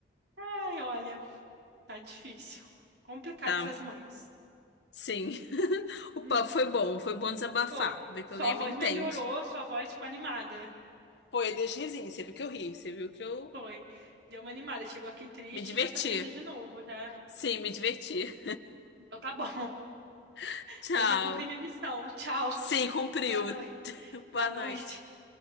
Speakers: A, on the right; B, on the left.
A: Ai, olha, tá difícil. Complicado
B: tá?
A: essas mães.
B: Sim. <laughs> O
A: Hum,
B: papo foi bom, foi bom desabafar,
A: Foi.
B: ver que
A: Sua
B: alguém
A: voz
B: me entende.
A: melhorou, sua voz ficou animada.
B: Pô, eu dei uns risinhos, você viu que eu ri, você viu que eu
A: Foi. Deu uma animada. Chegou aqui triste,
B: me diverti.
A: já tá feliz de novo, já.
B: Sim, me diverti.
A: Então tá bom.
B: <laughs> Tchau.
A: Então já cumpri minha missão. Tchau.
B: Sim, cumpriu.
A: Boa noite.
B: <laughs>
A: Boa
B: Boa
A: noite.
B: noite.